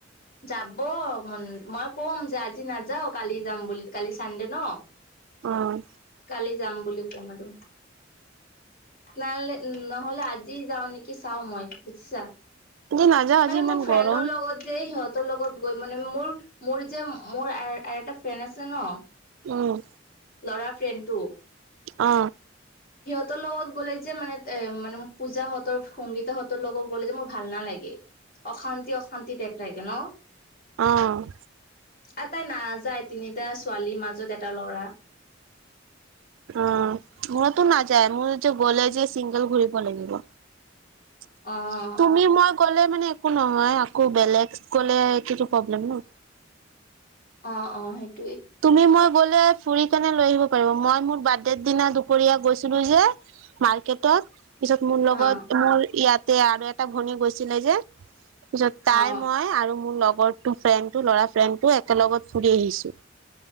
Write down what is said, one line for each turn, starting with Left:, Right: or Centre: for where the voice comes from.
Left: যাব মন, মই কম যে আজি নাযাওঁ কালি যাম বুলি। কালি চানডে ন'।
Right: অ',
Left: কালি যাম বুলি কম আৰু। নহলে, নহলে আজি যাওঁ নেকি চাওঁ মই। বুজিছা।
Right: আজি নাযাওঁ আজি
Left: মানে, মোৰ
Right: ইমান
Left: ফ্ৰেণ্ডৰ
Right: গৰম।
Left: লগত যে সিহঁত তাৰ লগত গৈ মানে মোৰ, মোৰ যে মোৰ এ এটা ফ্ৰেণ্ড আছে ন'।
Right: উম।
Left: ল'ৰা ফ্ৰেণ্ডটো।
Right: অ
Left: সিহঁতৰ লগত গ'লে যে মানে এ মানে মোক পূজাহঁতৰ, সংগীতাহঁতৰ লগত গ'লে যে মোৰ ভাল নালাগে। অশান্তি, অশান্তি টাইপ লাগে ন।
Right: অ-
Left: আ তাই নাযায়। তিনিটা ছোৱালীৰ মাজত এটা ল'ৰা।
Right: অ, মোৰটো নাযায়, মোৰটো গ'লে যে চিংগল ঘূৰিব লাগিব। তুমি,
Left: অ
Right: মই গ'লে মানে একো নহয়, আকৌ বেলেগ গ'লে এইতোটো প্ৰব্লেম ন?
Left: অ, অ সেই-
Right: তুমি, মই গ'ল- লে ফুৰিকিনে লৈ আহিব পাৰিব। মই মোৰ বাৰ্থদে দিনা দুপৰীয়া গৈছিলোঁ যে ৰ্মাকেতট। পিছত মোৰ লগত,
Left: অ
Right: মোৰ ইয়াতে আৰু এটা ভনী গৈছিলে যে- পিছত তাই,
Left: অ
Right: মই আৰু মোৰ লগৰটো, ফ্ৰেণ্ডটো, ল'ৰা ফ্ৰেণ্ডটো একে লগত ফুৰি আহিছোঁ।